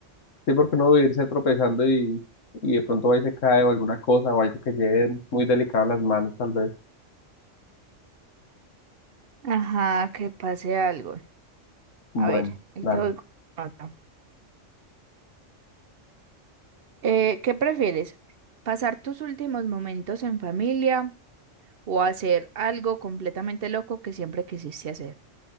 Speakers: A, on the left (about 85°); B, on the right (about 55°).
A: sí, porque uno va a irse tropezando y, y de pronto va y se cae o alguna cosa o algo que lleve muy delicado a las manos, tal vez.
B: Ajá, que pase algo.
A: Bueno,
B: A ver, ahí
A: dale.
B: te voy con otra. Eh, ¿qué prefieres? ¿Pasar tus últimos momentos en familia o hacer algo completamente loco que siempre quisiste hacer?